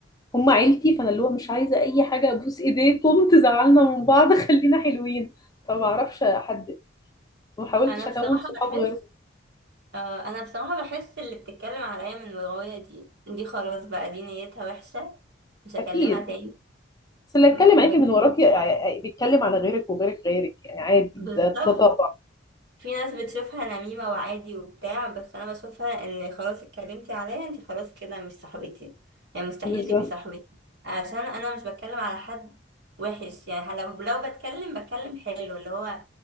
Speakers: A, on the left; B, on the right.
A: هم عيلتي فانا اللي هو مش عايزه اي حاجه ابوس ايديكم تزعلنا من بعض <laughs> خلينا حلوين فما اعرفش احدد ما حاولتش
B: انا بصراحه
A: اكون صحاب
B: بحس
A: غيرهم
B: آه، انا بصراحه بحس اللي بتتكلم عليا من ورايا دي دي خلاص بقى دي نيتها وحشه مش هكلمها
A: اكيد
B: تاني
A: بس اللي
B: م-
A: اتكلم معاكي
B: بجد
A: من وراكي ع- ع- بيتكلم على غيرك وغيرك غيرك يعني عادي
B: بالظبط
A: ده ده طبع
B: في ناس بتشوفها نميمة وعادي وبتاع بس انا بشوفها ان خلاص اتكلمتي عليا انت خلاص كده مش صاحبتي يعني مستحيل
A: بالظبط
B: تبقي صاحبتي عشان انا مش بتكلم على حد وحش يعني لو لو بتكلم بتكلم حلو اللي هو